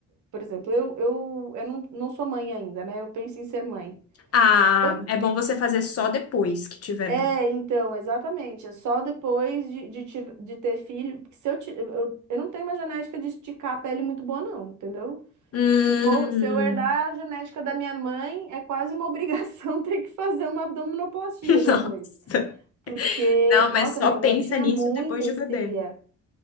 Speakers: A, on the right (about 70°); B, on the left (about 50°).
A: Por exemplo, eu, eu, eu não, não sou mãe ainda, né? Eu penso em ser mãe.
B: Ah,
A: Se eu
B: é bom você fazer só depois que tiver
A: É, então, exatamente. É só depois de, de, ti- de ter filho. Porque se eu, ti- eu, eu não tenho uma genética de esticar a pele muito boa, não, entendeu?
B: Hum,
A: Se for, se eu herdar a genética da minha mãe, é quase uma <laughs> obrigação ter que fazer uma abdominoplastia
B: <laughs>
A: depois.
B: nossa.
A: Porque,
B: Não,
A: nossa,
B: mas só
A: minha
B: pensa
A: mãe tinha
B: nisso
A: muita
B: depois do
A: estria.
B: bebê.